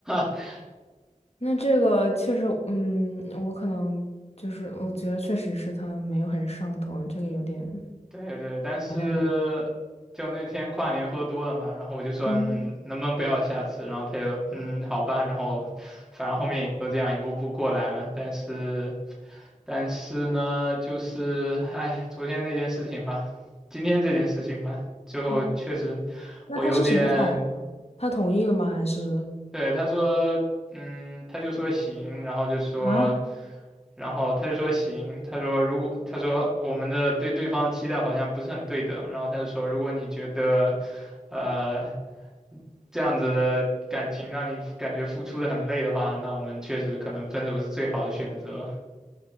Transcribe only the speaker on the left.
那这个确实，嗯，我可能就是我觉得确实是他没有很上头，这个有点，
有点难过
嗯，
哦，那他是什么反应？
他同意了吗？还是？
啊。